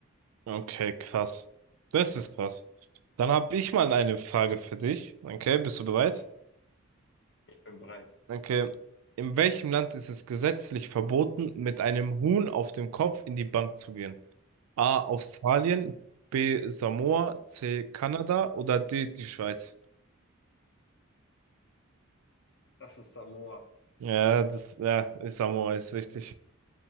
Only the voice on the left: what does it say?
So, Ich bin bereit.
Das ist Samoa.